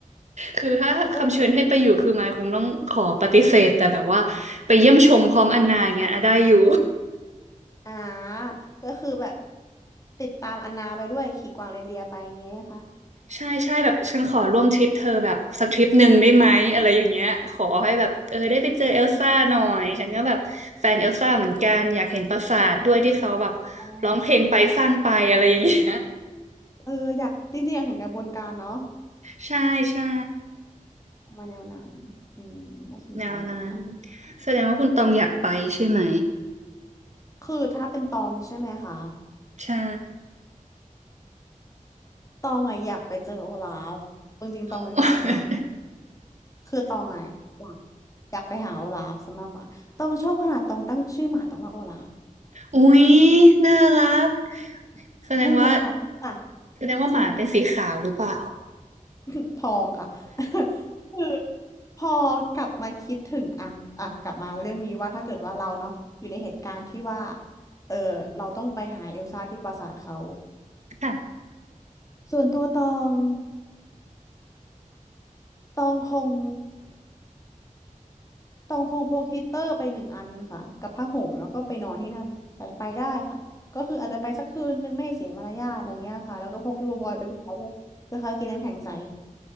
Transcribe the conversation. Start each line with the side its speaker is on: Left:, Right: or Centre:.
Right: คือถ้าคำเชิญให้ไปอยู่คือมายคงต้องขอปฏิเสธแต่แบบว่าไปเยี่ยมชมพร้อมอันนาอย่างเงี้ยอ่ะได้อยู่
Left: เอออ่าก็คือแบบติดตามอันนาไปด้วยขี่กวางเรนเดียร์ไปอย่างเงี้ยค่ะ
Right: ใช่ใช่แบบฉันขอร่วมทริปเธอแบบสักทริปหนึ่งได้ไหมอะไรอย่างเงี้ยขอให้แบบเออได้ไปเจอเอลซ่าหน่อยฉันก็แบบแฟนเอลซ่าเหมือนกันอยากเห็นปราสาทด้วยที่เขาแบบ
Left: อ่า อ๋อ
Right: ร้องเพลงไปสร้างไปอะไรอย่างเงี้ย
Left: เอออยากจริงๆอยากเห็นกระบวนการเนาะ
Right: <laughs> ใช่ใช่
Left: มาแนวนั้นอืมน่าสนใจค่ะ
Right: แนวนั้นแสดงว่าคุณตองอยากไปใช่ไหม
Left: คือถ้าเป็นตองใช่ไหมคะ
Right: ใช่
Left: ตองอะอยากไปเจอโอลาฟจริงๆตองเป็นแฟนโอลาฟ
Right: <laughs>
Left: คือตองอะอยากอยากไปหาโอลาฟซะมากกว่าตองชอบขนาดตองตั้งชื่อหมาตองว่าโอลาฟ
Right: อุ๊ยน่ารักแสดงว่า
Left: ใช่ไหมคะอ่ะ
Right: แสดงว่าหมาเป็นสีขาวหรือเปล่า
Left: ใช่ <laughs> ทองค่ะ <laughs> คือพอกลับมาคิดถึงอ่ะอ่ะกลับมาเรื่องนี้ว่าถ้าเกิดว่าเราเนาะอยู่ในเหตุการณ์ที่ว่าเออเราต้องไปหาเอลซ่าที่ปราสาทเขา
Right: ค่ะ
Left: ส่วนตัวตองตองคงตองคงพกฮีตเตอร์ไปหนึ่งอันค่ะกับผ้าห่มแล้วก็ไปนอนที่นั่นแต่ไปได้ค่ะก็คืออาจจะไปสักคืนนึงไม่ให้เสียมารยาทอะไรเงี้ยค่ะแล้วก็พกที่บอยๆไปกับเขาด้วยเพื่อเขากินน้ำแข็งใส